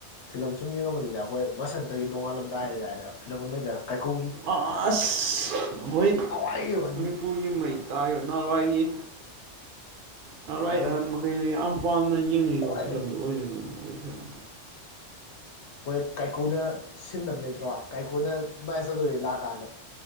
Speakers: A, on the left; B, on the right.
A: ꯐꯤꯂꯝ ꯁꯨꯝ ꯌꯦꯡꯉꯕꯅꯤꯗ ꯑꯩꯈꯣꯏ ꯕꯁꯟꯇꯒꯤ ꯅꯣꯡꯉꯥꯜꯂꯝꯗꯥꯏ ꯍꯥꯏꯗꯥꯏꯗ ꯐꯤꯂꯝ ꯑꯃ ꯂꯩꯗꯅ ꯀꯥꯏꯀꯨꯒꯤ
B: ꯑꯥꯁ ꯍꯣꯏ
A: ꯅꯍꯥꯟꯋꯥꯏꯒꯤꯕ
B: ꯃꯅꯤ
A: ꯎꯝ
B: ꯄꯨꯔꯒꯤ ꯃꯩ ꯇꯥꯔꯤꯌꯣ ꯅꯍꯥꯟꯋꯥꯏꯏꯤ ꯅꯔꯥꯏ
A: ꯑꯩꯈꯣꯏ
B: ꯑꯍꯜ ꯃꯈꯩꯅ ꯌꯥꯝ ꯄꯥꯝꯅ ꯌꯦꯡꯅꯤꯈꯤꯕ
A: ꯈ꯭ꯋꯥꯏꯗꯩ
B: ꯐꯤꯂꯝꯗꯨ ꯑꯣꯏꯗꯅꯤꯡꯉꯤ ꯐꯤꯂꯝ
A: ꯑꯩꯈꯣꯏ ꯀꯥꯏꯀꯨꯅ ꯁꯤꯟꯅꯕ ꯂꯩꯇ꯭ꯔꯣ ꯀꯥꯏꯀꯨꯅ ꯃꯥꯏꯌꯆꯧꯗ‌ꯣ ꯔꯤ ꯂꯥꯛ ꯑ ꯀꯥꯟꯗ